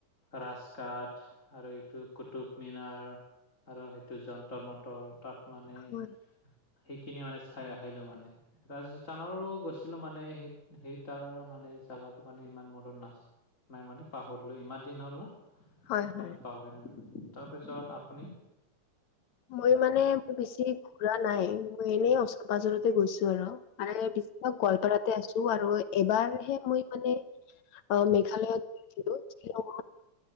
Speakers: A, on the left; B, on the left.
A: ৰাজঘাট আৰু এইটো কুটুব মিনাৰ। আৰু সেইটো যন্ত্ৰ মন্তৰ তাত মানে
B: হয়
A: সেইখিনি মানে চাই আহিলো মানে। ৰাজস্থানৰো গৈছিলো মানে, সেই সেই তাৰ মানে জাগাটো মানে ইমান মনত নাছিল। নাই মানে পাহৰিলো ইমান দিন হ'ল না।
B: হয়
A: তাৰ
B: হয়
A: কাৰণে পাহৰিলো, তাৰপিছত আপুনি?
B: মই মানে বেছি ঘুৰা নাই, মই এনেই ওচৰ পাজৰতে গৈছো আৰু। মানে দিশভ গোৱালপাৰাতে আছো আৰু এবাৰহে মই মানে অ মেঘালয়ত আছিলো শ্বিলংত